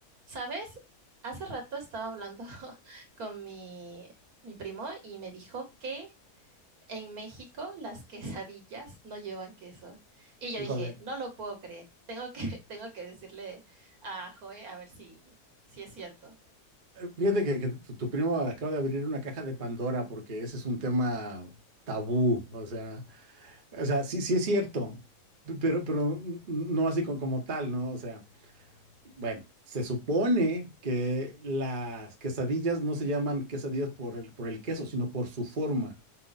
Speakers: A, on the right (about 65°); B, on the right (about 40°).
A: ¿Sabes? Hace rato estaba hablando <laughs> con mi, mi primo y me dijo que en México las quesadillas no llevan queso. Y yo
B: Híjole,
A: dije, no lo puedo creer. Tengo que, <laughs> tengo que decirle a Joe a ver si, si es cierto.
B: fíjate que, que tu, tu primo acaba de abrir una caja de Pandora porque ese es un tema tabú, o sea, o sea, sí, sí es cierto, p- pero, pero n- no así co- como tal, ¿no? O sea, bueno, se supone que las quesadillas no se llaman quesadillas por el, por el queso, sino por su forma.